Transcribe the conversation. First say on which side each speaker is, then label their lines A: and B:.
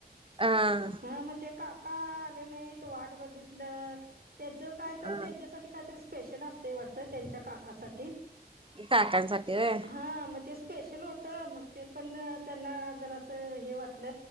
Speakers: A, on the right (about 30°); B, on the right (about 65°).
A: अं
B: मग ते काका आले नाइत वाट बगितल तेंच काय तर
A: हा
B: तेंच्यासाठी कायतरी स्पेशल असतंय वाटत त्यांच्या काकासाठी
A: काकांसाठी होय.
B: ह मग ते स्पेशल होत मग ते पण त्यांना जरासं हे वाटल.